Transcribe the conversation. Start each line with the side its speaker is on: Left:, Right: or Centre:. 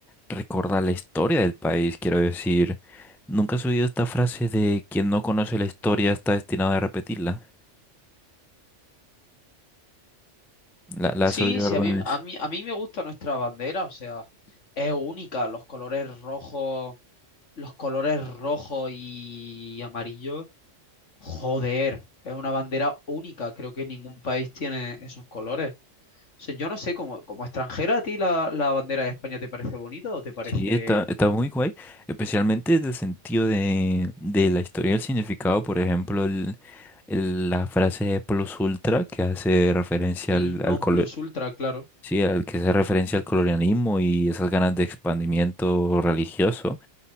Centre: recordar la historia del país, quiero decir. ¿Nunca has oído esta frase de quien no conoce la historia está destinado a repetirla? La, la
Left: sí,
Centre: has oído
Left: sí,
Centre: alguna
Left: a mí,
Centre: vez.
Left: a mí, a mí me gusta nuestra bandera, o sea, es única, los colores rojos, los colores rojos y amarillos, joder, es una bandera única, creo que ningún país tiene esos colores. O sea, yo no sé, como, como extranjera, ¿a ti la, la bandera de España te parece bonita o te parece
Centre: Sí, está, está muy guay, especialmente desde el sentido de, de la historia y el significado, por ejemplo, el, el- la frase plus ultra que hace referencia
Left: el
Centre: al, al
Left: non
Centre: colo-
Left: plus ultra? Claro,
Centre: sí, al que hace referencia al colonialismo y esas ganas de expandimiento religioso.